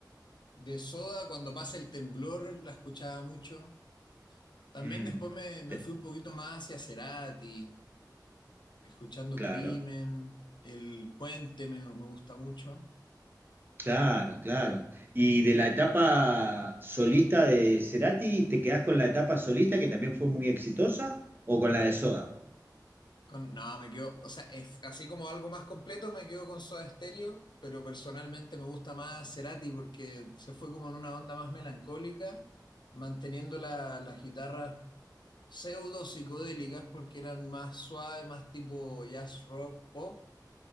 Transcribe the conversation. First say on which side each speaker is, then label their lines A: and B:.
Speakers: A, on the left; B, on the right.
A: De Soda, cuando pasa el temblor, la escuchaba mucho. También
B: Mm,
A: después me, me
B: te-
A: fui un poquito más hacia Cerati, escuchando
B: claro,
A: Crimen. El Puente me, me gusta mucho.
B: claro, claro. Y de la etapa solista de Cerati, ¿te quedás con la etapa solista que también fue muy exitosa o con la de Soda?
A: Con- no, me quedo, o sea, es, así como algo más completo me quedo con Soda Stereo, pero personalmente me gusta más Cerati porque se fue como en una onda más melancólica, manteniendo la- las guitarras pseudo psicodélicas porque eran más suaves, más tipo jazz rock, pop,